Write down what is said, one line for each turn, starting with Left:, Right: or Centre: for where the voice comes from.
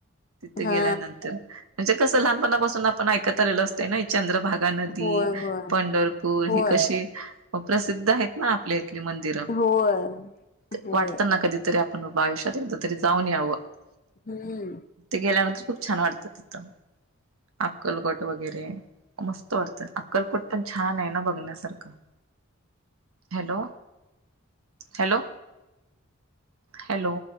Right: तिथे
Left: हा
Right: गेल्यानंतर, म्हणजे कसं लहानपणापासून आपण ऐकत आलेलो अस ते नाही चंद्रभागा नदी
Left: होय होय
Right: पंढरपूर ही
Left: होय
Right: कशी म प्रसिद्ध आहेत ना आपल्या इथंली मंदिर,
Left: होय होय
Right: वाटतं ना कधीतरी आप ण आयुष्यात एकदा तरी जाऊन यावं. <unintelligible>
Left: हम्म.
Right: ते गेल्यानंतर खूप छान वाटतं तिथं. अक्कलकोट वगैरे मस्त वाटतं, अक्कलकोट पण छान आहे ना बघण्यासारखं. Hello hello hello.